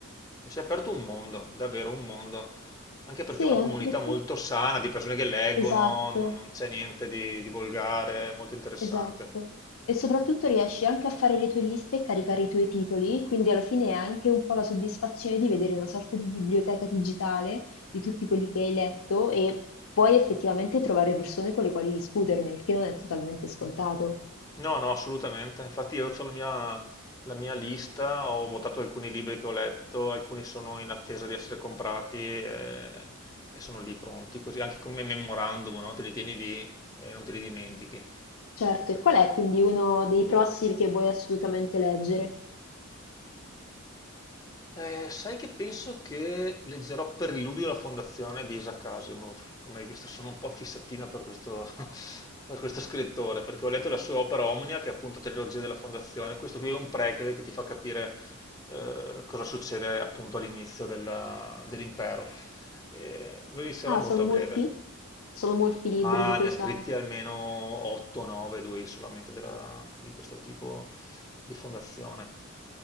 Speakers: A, on the left (about 15°); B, on the left (about 75°).
A: mi si è aperto un mondo, davvero un mondo, anche perché
B: Sì,
A: è una
B: anche
A: comunità
B: perché
A: molto sana di persone che leggono,
B: esatto,
A: non, non c'è niente di, di volgare, è molto interessante.
B: esatto. E soprattutto riesci anche a fare le tue liste e caricare i tuoi titoli, quindi alla fine è anche un po' la soddisfazione di vedere una sorta di biblioteca digitale di tutti quelli che hai letto e puoi effettivamente trovare persone con le quali discuterne, il che non è totalmente scontato.
A: No, no, assolutamente. Infatti io ho la mia, la mia lista, ho votato alcuni libri che ho letto, alcuni sono in attesa di essere comprati e, e sono lì pronti, così anche come memorandum, no? Te li tieni lì e non te li dimentichi.
B: Certo, e qual è quindi uno dei prossimi che vuoi assolutamente leggere?
A: Eh, sai che penso che leggerò Per l'illudio e la fondazione di Isaac Asimov. Come hai visto, sono un po' fissatino per questo, <laughs> per questo scrittore, perché ho letto la sua opera Omnia, che è appunto Trilogia della fondazione. Questo qui è un prequel che ti fa capire eh, cosa succede appunto all'inizio della- dell'impero. Eh, lo inizierò
B: Ah,
A: molto
B: sono molti?
A: a breve,
B: Sono molti i libri
A: ma
B: di questa...
A: ne ha scritti almeno 8-9 lui solamente della- di questo tipo di fondazione.